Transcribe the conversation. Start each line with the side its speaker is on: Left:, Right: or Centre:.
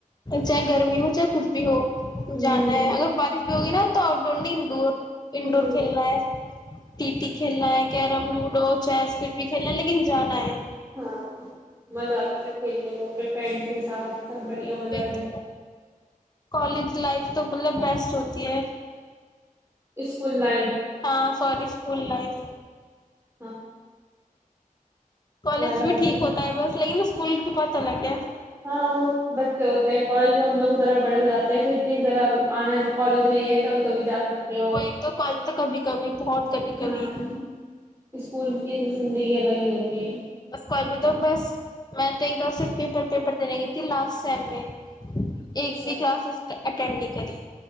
Left: چاہے گرمی ہو چاہے کچھ بھی ہو
Right: ہمم
Left: جانا ہے اگر بارش گی نا تو آؤٹ ڈور نہیں انڈور انڈورور
Right: ہمم
Left: کھیلنا ہے ٹی ٹی کھیلنا ہے کیرم لوڈو چیس کچھ بھی کھیلنا ہے لیکن جانا ہے
Right: ہاں مزہ آتا تھا کھیلنے میں اپنے فرینڈس کے ساتھ سب بڑھیا مزہ ایک
Left: تو
Right: بار
Left: کالج لائف تو مطلب بیسٹ ہوتی ہے
Right: اسکول لائف
Left: ہاں ساری اسکول لائف
Right: ہاں
Left: کالج
Right: یاد
Left: بھی
Right: آتی
Left: ٹھیک ہوتا ہے بس لیکن اس فل کی پت لگے
Right: ہاں وہ بچے ہوتے ہیں کالج میں ہم لوگ ذرا بڑے ہو جے ہیں پھر کہذرا آنا کالج ہے کبھی کبھی جا سکتے ہو
Left: وہی تو کالج تو کبھی کبھی بہت کبھی کبھی
Right: ہاں اسکول کی زڈی لگی ہوتی ہے
Left: اس کال میں تو بس میں تو ایک بار صرف پیپر پیپر دینے گئی تھی لاسٹ سیم میں ایک
Right: اچھا
Left: بھی کلاسز اٹینڈ نہیں کری